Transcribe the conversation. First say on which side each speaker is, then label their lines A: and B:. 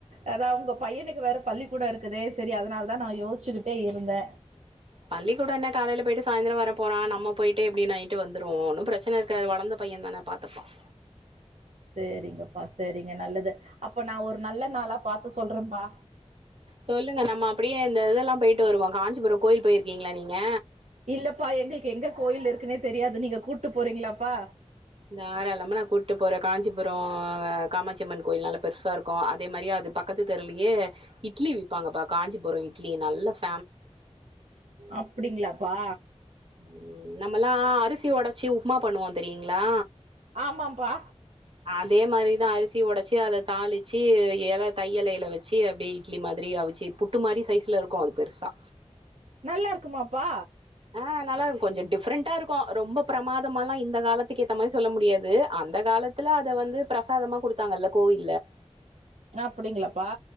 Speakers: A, on the right (about 80°); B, on the right (about 50°).
A: அதா உங்க பையனுக்கு வேற பள்ளிக்கூடோ இருக்குது செரி அதனால தா நா யோசிச்சுக்கிட்டே இருந்தே
B: பள்ளிக்கூடம் என்ன காலேல போயிட்டு சாயந்தரம் வர போறான் நம்ம போயிட்டு எப்டி நைட்டு வந்துருவோம் ஒன்னு பிரச்சன இருக்காது வளந்த பையன் தானே பாத்துப்பான்
A: சேரிங்கப்பா சேரிங்க நல்லது அப்ப நா ஒரு நல்ல நாளா பாத்து சொல்றேன்பா
B: சொல்லுங்க நம்ம அப்டியே இந்த இதல்லா போயிட்டு வருவோம் காஞ்சிபுரம் கோயில் போயிருக்கீங்ளா நீங்க
A: இல்லப்பா எங்களுக்கு எங்க கோயில் இருக்குன்னே தெரியாது நீங்க கூட்டு போறீங்கிளாப்பா
B: தாராளமா நா கூட்டு போறன் காஞ்சிபுரம் காமாட்சிம்மன் கோயில் நல்லா பெருசா இருக்கும் அதே மாரியே அது பக்கத்து தெருவுலயே இட்லி விப்பாங்கப்பா காஞ்சிபுரம் இட்லி நல்ல ப்
A: அப்டிங்ளா பா
B: ம் நம்மல்லா அரிசி ஒடச்சி உப்புமா பண்ணுவோ தெரியுங்ளா
A: ஆமாம்பா
B: அதே மாரி தான் அரிசி ஒடச்சி அத தாளிச்சு எல தையல் எல வச்சு அப்டியே இட்லி மாரி அவிச்சு புட்டு மாரி சைஸ்ல இருக்கு அது பெருசா
A: நல்லாருக்கு மாப்பா
B: ஆ நல்லாருக்கு கொஞ்ச டிஃப்ரெண்ட்டா இருக்கும் ரொம்ப பிரமாதமல்லா இந்த காலத்துக்கு ஏத்த மாரி சொல்ல முடியாது அந்த காலத்துல அத வந்து பிரசாதமா குடுத் தாங்கல்ல கோயில்
A: அப்டிங்கிளப்பா